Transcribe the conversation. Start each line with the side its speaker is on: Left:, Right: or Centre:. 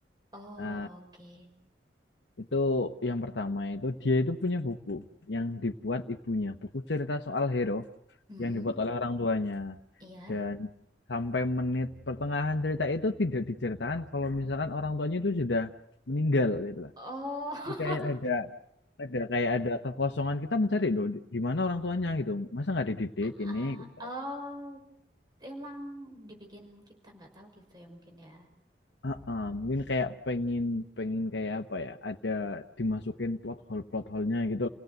Right: Oh,
Left: Nah,
Right: oke.
Left: Itu yang pertama itu dia itu punya buku yang dibuat ibunya, buku cerita soal hero
Right: Mm-mm.
Left: yang dibuat oleh orang tuanya.
Right: Iya.
Left: Dan sampai menit pertengahan cerita itu tidak diceritakan kalau misalkan orang tuanya itu sudah meninggal gitu lah.
Right: Oh,
Left: Jadi kayak
Right: <laughs>
Left: ada ada kayak ada kekosongan kita mencari loh di di mana orang tuanya gitu. Masa nggak dididik
Right: ah,
Left: ini? gitu.
Right: oh, emang dibikin kita nggak tahu gitu ya mungkin ya.
Left: ah mungkin kayak pengen pengen kayak apa ya ada dimasukin plot hole plot hole-nya gitu